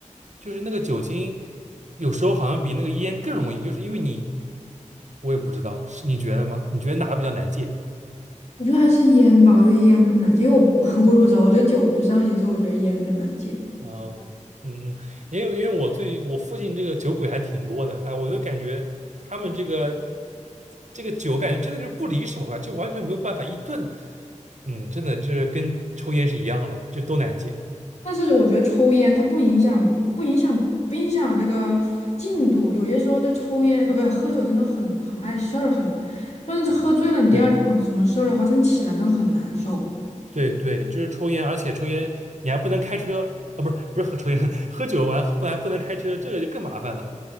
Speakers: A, on the right; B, on the left.
A: 就是那个酒精，有时候好像比那个烟更容易，就是因为你，我也不知道，是你觉得吗？你觉得哪个比较难戒？
B: 我觉得还是烟吧，我觉得烟更难戒，因为我不 <laughs> 我也不知道，我对酒不上瘾，所以我觉得烟更难戒。
A: 哦，嗯嗯，因为因为我最我附近这个酒鬼还挺多的，哎，我就感觉他们这个这个酒，感觉真的就是不离手啊，就完全没有办法一顿，嗯，真的就是跟抽烟是一样的，就都难戒。
B: 但是我觉得抽烟它不影响，不影响，不影响这个进度。有些时候就抽烟，呃，不是喝酒，真的很很碍事儿，很，就是喝醉了，你第二天有什么事儿的话，
A: 对。
B: 真起来真的很难受。
A: 对对，就是抽烟，而且抽烟你还不能开车啊，不是不是喝抽烟，<laughs> 喝酒完不还不能开车，这个就更麻烦了。